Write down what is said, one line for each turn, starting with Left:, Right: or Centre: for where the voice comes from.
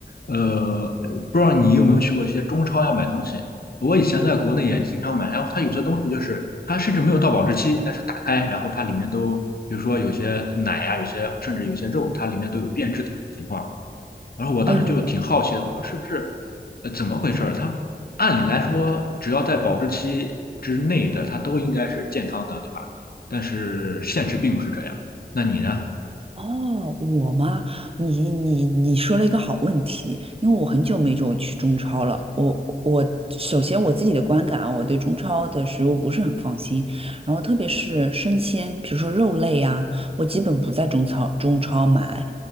Left: 呃，不知道你有没有去过一些中超呀买东西？我以前在国内也经常买，然后它有些东西就是它甚至没有到保质期，但是打开，然后它里面都，比如说有些奶呀，有些甚至有些肉，它里面都有变质的这种情况。然后我当时就挺好奇的，
Right: 哦有。
Left: 我说是不是，呃，怎么回事儿？它按理来说，只要在保质期之内的，它都应该是健康的，对吧？但是现实并不是这样。那你呢？
Right: 哦，我吗？你你你说了一个好问题，因为我很久没有去中超了。我我首先我自己的观感啊，我对中超的食物不是很放心，然后特别是生鲜，比如说肉类啊，我基本不在中超中超买，